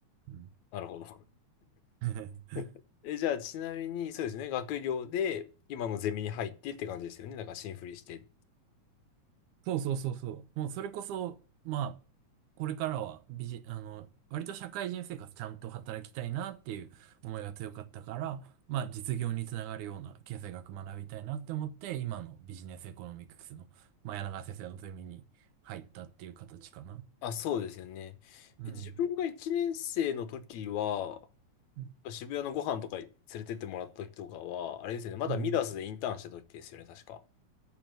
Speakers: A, on the right; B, on the left.
A: うん。
B: なるほど。
A: <laughs>
B: <laughs> え、じゃあ、ちなみに、そうですね、学業で、今のゼミに入ってって感じですよね。だから、新振りして。
A: そうそうそうそう。もうそれこそ、まあ、これからはビジ、あの、割と社会人生活ちゃんと働きたいなっていう思いが強かったから、まあ実業につながるような経済学学びたいなって思って、今のビジネスエコノミクスの、まあ、柳川先生のゼミに入ったっていう形かな。
B: あ、そうですよね。
A: うん。
B: え自分が1年生の時は、
A: うん。
B: 渋谷のご飯とか連れてってもらった時とかは、あれですよね、まだミダスでインターンした時ですよね、
A: うん
B: 確か。